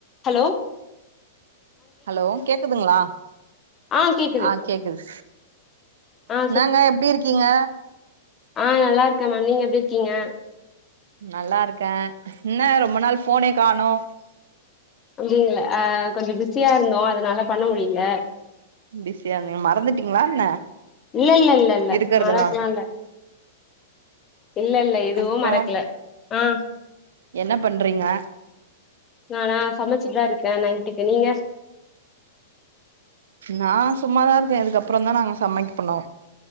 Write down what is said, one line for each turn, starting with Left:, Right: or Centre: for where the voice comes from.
Left: Hello
Right: hello கேகுதுங்ளா
Left: ஆ கேக்குது
Right: ஆஹ் கேகுது
Left: ஆ
Right: என்னாங்க எப்டி இருகீங்க
Left: ஆஹ் நல்லா இருக்கே மேம் நீங்க எப்டி இருகீங்க
Right: நல்லா இருகே என்ன ரொம்ப நாள் போனே காணோ
Left: அப்டிங்கள ஆ கொஞ்சோ பிஸியா இருந்தோ அதனால பண்ண முடியில
Right: பிசிய நீங் மறந்துட்டிங் ங்ளா என்ன
Left: இல்ல இல்ல இல்ல இல்ல
Right: இருக்கறதெல்லா
Left: மாறாகலா இல்ல இல்ல இல்ல எதுவு
Right: அப்றோ
Left: மறக்ல ஆஹ்
Right: என்ன பண்றீங்க
Left: நானா சமச்சுட்தா இருக் அ நைன்ட்டுகு நீங்க
Right: நா சும்மாதா இருக்கே இதுகப்றோ தா நாங் சம்மைக போன்னு